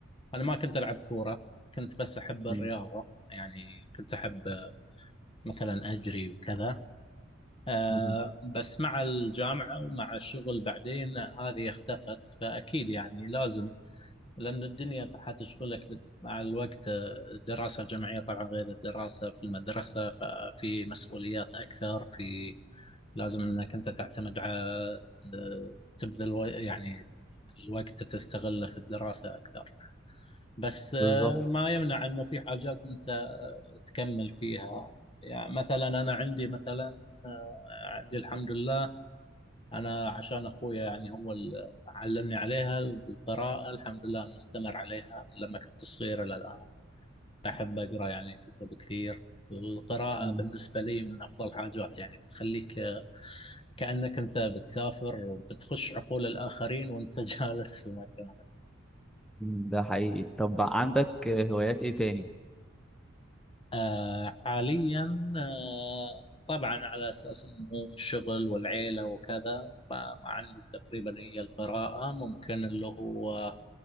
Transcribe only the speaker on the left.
أنا ما كنت ألعب كورة كنت بس أحب الرياضة
يعني كنت أحب مثلا أجري وكذا آه،
بس مع الجامعة ومع الشغل بعدين هذه اختفت فأكيد يعني لازم لأن الدنيا حتشغلك بال- مع الوقت آه، الدراسة الجامعية طبعا غير الدراسة في المدرسة ففي مسؤوليات أكثر في لازم أنك أنت تعتمد على آه، تبذل و- يعني الوقت تستغله في الدراسة أكثر بس آه،
ما يمنع انه في حاجات انت تكمل فيها يعني مثلا انا عندي مثلا آه، عندي الحمد لله انا عشان اخويا يعني هو اللي علمني عليها القراءة الحمد لله انا مستمر عليها من لما كنت صغير الى الان احب اقرا يعني كتب كثير القراءة
بالنسبة لي من أفضل حاجات يعني بتخليك آه، كأنك أنت بتسافر بتخش عقول الآخرين وأنت <laughs> جالس في مكانك
آه حاليا آه طبعا على اساس انه الشغل والعيله وكذا ما ما عندي تقريبا هي القراءه ممكن اللي هو